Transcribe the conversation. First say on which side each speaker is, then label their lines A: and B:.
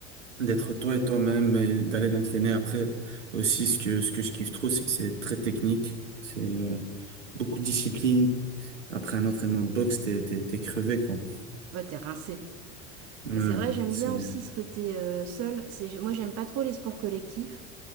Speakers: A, on the right; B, on the right.
A: d'être toi et toi-même et d'aller t'entraîner. après aussi ce que ce que je kiffe trop c'est que c'est très technique c'est euh, beaucoup de discipline après un entraînement de boxe t'es t'es t'es crevé quoi
B: Ouais, t'es rincé.
A: ouais
B: Mais c'est vrai, j'aime
A: c'est
B: bien aussi ce côté euh, seul. C'est, moi, j'aime pas trop les sports collectifs.